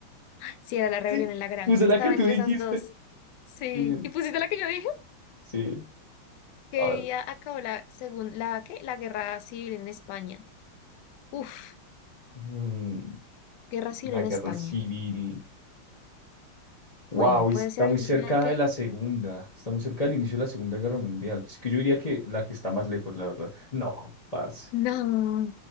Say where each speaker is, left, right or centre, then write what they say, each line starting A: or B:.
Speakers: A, on the left; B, on the left.
A: sí era la Rebelión
B: Sí,
A: en la Granja.
B: puse la
A: Estaba
B: que tú
A: entre
B: dijiste.
A: esas dos. Sí.
B: Qué bien.
A: ¿Y pusiste la que yo dije?
B: Sí,
A: ¿Qué
B: a ver.
A: día acabó la, según, la, ¿qué? la guerra civil en España? Uf,
B: Mm,
A: guerra civil
B: la
A: en
B: guerra
A: España.
B: civil. Wow,
A: Bueno,
B: está
A: puede ser
B: muy
A: alguna
B: cerca
A: de...
B: de la
A: <laughs>
B: segunda. Está muy cerca del inicio de la Segunda Guerra Mundial. Así que yo diría que la que está más lejos, la verdad. No, parce.
A: No,